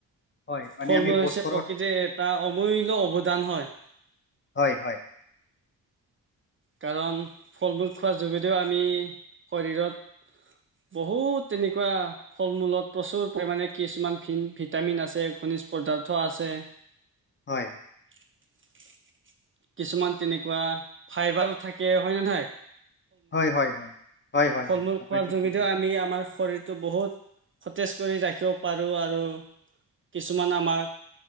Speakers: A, on the left; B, on the right.
A: হয় মানে
B: ফল
A: আমি
B: মূল
A: বছৰত
B: হৈছে প্ৰকৃতিৰ এটা অমূল্যয় অৱদান হয়
A: হয় হয়
B: কাৰণ ফল মূল খোৱাৰ যোগেদিও আমি শৰীৰত বহুত তেনেকুৱা ফল মূলত প্ৰচুৰ পৰিমাণে কিছুমান ভিটামিন আছে খনিজ পদাৰ্থ আছে
A: হয়
B: <inaudible> কিছুমান তেনেকুৱা ফাইবাৰো থাকে হয় নে নহয়
A: হয় হয় হয় হয় হয়
B: ফল
A: হয়
B: মূল
A: আপুনি
B: খোৱাৰ
A: ঠিক
B: যোগেদিও
A: কৈছে
B: আমি আমাৰ শৰীৰ বহুত সতেজ কৰি ৰাখিব পাৰোঁ আৰু কিছুমান আমাক